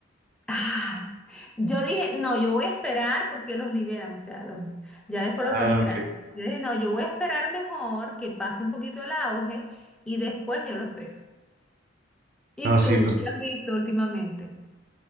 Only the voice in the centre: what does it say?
Ah, yo dije, no, yo voy a esperar porque los liberan, o sea, los, ya después
los ponen
gratis. Yo dije, no, yo voy a esperar mejor que pase un poquito el auge y después yo los veo. ¿Y
tú,
qué has visto últimamente?